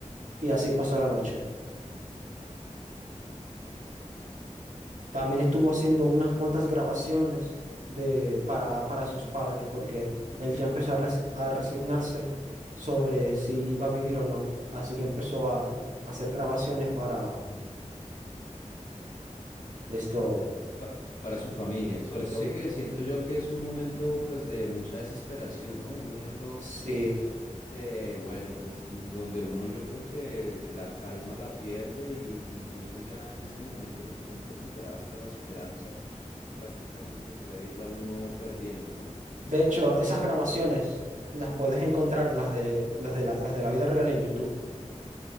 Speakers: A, on the right (about 80°); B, on the left (about 85°).
A: Y así pasó la noche. También estuvo haciendo unas cuantas grabaciones de, para, para sus padres, porque él ya empezó a, resi- a resignarse sobre si iba a vivir o no. Así que empezó a, a hacer grabaciones para esto.
B: Pa- para su familia. Sobre
A: Sí,
B: todo que siento yo que es un momento pues de mucha desesperación, ¿no? Un momento
A: sí.
B: de, bueno, pues donde uno yo creo que la calma la pierde y incluso ya en ese momento en el que tú me cuentas, ya hasta la esperanza prácticamente que puede irla uno perdiendo, ¿no?
A: De hecho, esas grabaciones las puedes encontrar, las de, los de la, las de la vida real en YouTube.